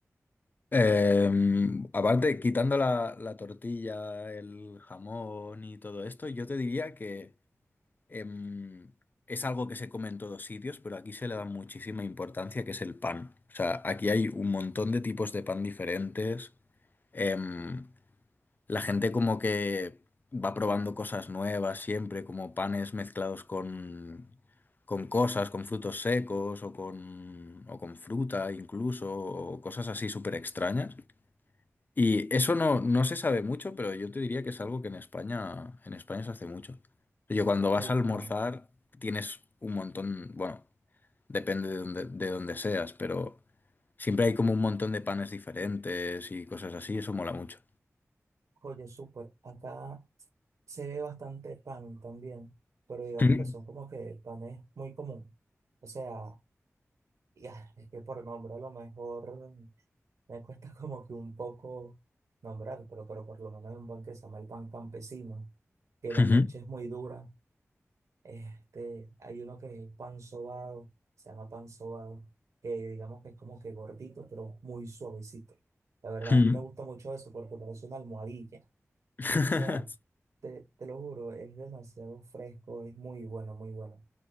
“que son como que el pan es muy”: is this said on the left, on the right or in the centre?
Right